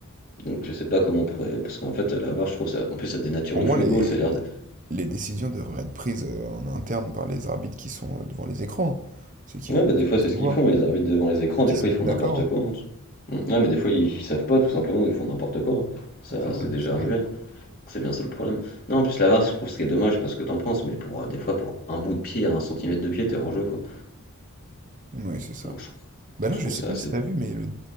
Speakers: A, on the left; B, on the right.
A: Donc je sais pas comment on pourrait. Parce qu'en fait, la VAR, je trouve ça. En plus, ça dénature
B: Pour
A: le
B: moi,
A: football.
B: les,
A: C'est-à-dire.
B: les décisions devraient être prises euh, en interne par les arbitres qui sont euh, devant les écrans. Ceux qui,
A: Ouais,
B: vou-
A: bah des
B: qui
A: fois,
B: peuvent
A: c'est
B: tout
A: ce qu'ils
B: voir,
A: font. Les arbitres devant les écrans,
B: et qui
A: des fois,
B: se mettent
A: ils font
B: d'accord.
A: n'importe quoi. hein. Mm, Ouais, mais des fois, ils, ils savent pas, tout simplement, ils font n'importe quoi. hein. Ça,
B: Mais C'est
A: c'est
B: dingue,
A: déjà
B: c'est
A: arrivé.
B: dingue.
A: hein. C'est bien ça le problème. Non, en plus, la VAR, je trouve ce qui est dommage, parce que t'en penses, mais pour euh, des fois, pour un bout de pied, à un centimètre de pied, t'es hors jeu, quoi.
B: Oui, c'est ça.
A: Donc, je, trouve
B: Bah là,
A: je trouve
B: je sais
A: ça
B: pas
A: assez.
B: si t'as vu, mais le-